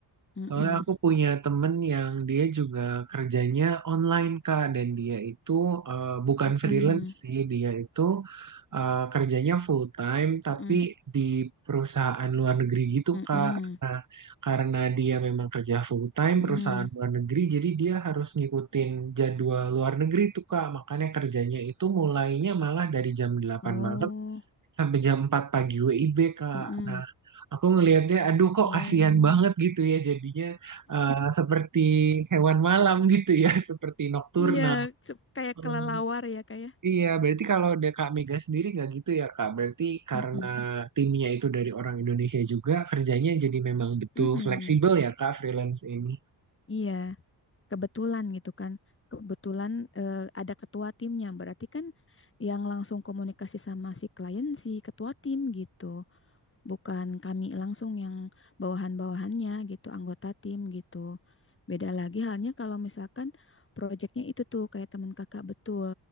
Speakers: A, on the left; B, on the right.
A: mm-mm,
B: Soalnya aku punya temen yang dia juga kerjanya online Kak dan dia itu eh, bukan
A: mm-mm,
B: freelance sih, dia itu eh, kerjanya full time tapi
A: mm-mm,
B: di perusahaan luar negeri gitu
A: mm-mm,
B: Kak. Karena dia memang kerja full time
A: mm-mm.
B: perusahaan luar negeri jadi dia harus ngikutin jadwal luar negeri tuh Kak. Makanya kerjanya itu mulainya malah dari jam delapan
A: Oh,
B: malam sampai jam 4 pagi WIB Kak.
A: mm-mm,
B: Nah, aku ngelihatnya aduh kok
A: oh,
B: kasihan banget gitu ya jadinya eh, seperti hewan malam gitu ya, <laughs> seperti nokturnal.
A: iya, se- kayak
B: Hmm,
A: kelelawar ya kayak,
B: Iya, berarti kalau ada Kak Mega sendiri nggak gitu ya Kak. Berarti karena
A: mm-mm,
B: timnya itu dari orang Indonesia juga, kerjanya jadi memang betul
A: mm-mm,
B: fleksibel ya Kak freelance ini.
A: iya. kebetulan gitu kan kebetulan eh, ada ketua timnya berarti kan yang langsung komunikasi sama si klien si ketua tim gitu bukan kami langsung yang bawahan-bawahannya gitu anggota tim gitu beda lagi halnya kalau misalkan proyeknya itu tuh kayak teman kakak betul